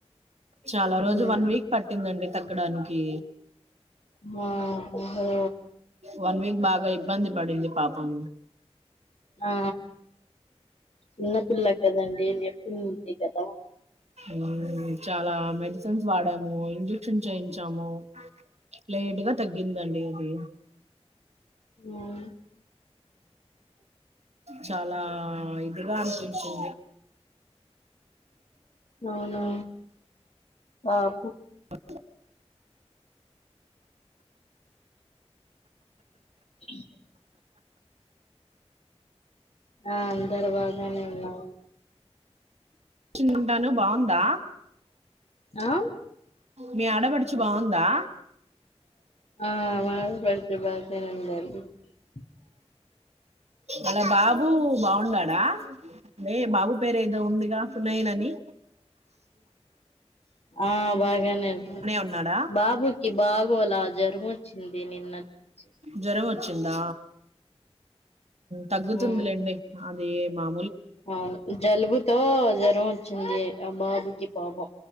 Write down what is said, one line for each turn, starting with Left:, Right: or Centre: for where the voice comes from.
Right: చాలా రోజు
Left: ఉమ్
Right: వన్ వీక్ పట్టిందండి తగ్గడానికి.
Left: ఆ ఓహో
Right: వన్ వీక్ బాగా ఇబ్బంది పడింది పాపం.
Left: ఆ చిన్నపిల్ల కదండి నెప్పి ఉంది కదా?
Right: మ్ చాలా మెడిసెన్స్ వాడాము ఇంజెక్షన్ చేయించాము. లేటుగా తగ్గిందండి అది
Left: ఉమ్
Right: చాలా ఇదిగా అనిపించింది
Left: అవునా ఆపు
Right: అ
Left: అ ఆ అందరు బగానే ఉన్నాము
Right: <unintelligible> బాగుందా
Left: ఆ
Right: మీ ఆడపడుచు బాగుందా
Left: ఆ మా పడుచు <unintelligible>
Right: అలా బాబు బాగున్నాడ నే బాబు పేరు ఏదో ఉందిగా పూనైనని
Left: ఆ బాగానే
Right: ఉన్నాడా
Left: బాబుకి బాగోలా జరమోచ్చింది నిన్న <unintelligible>
Right: జ్వరం వచ్చిందా తగ్గుతుందిలేండి
Left: ఉమ్
Right: అది మ
Left: అవును జలుబుతో జ్వరం వచ్చింది ఆ బాబుకి పాపం